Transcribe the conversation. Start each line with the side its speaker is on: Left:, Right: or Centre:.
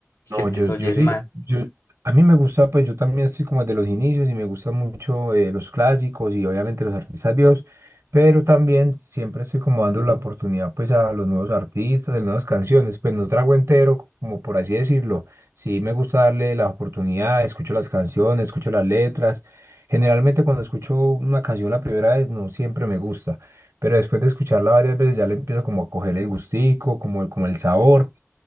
Right: No,
Left: que te
Right: yo, yo
Left: oyes
Right: sí,
Left: mal.
Right: yo, a mí me gusta, pues yo también estoy como de los inicios y me gustan mucho eh, los clásicos y obviamente los artistas viejos, pero también siempre estoy como dando la oportunidad pues a los nuevos artistas, a las nuevas canciones, pues no trago entero, como por así decirlo, sí me gusta darle la oportunidad, escucho las canciones, escucho las letras, generalmente cuando escucho una canción la primera vez no siempre me gusta, pero después de escucharla varias veces ya le empiezo como a coger el gustico, como, como el sabor.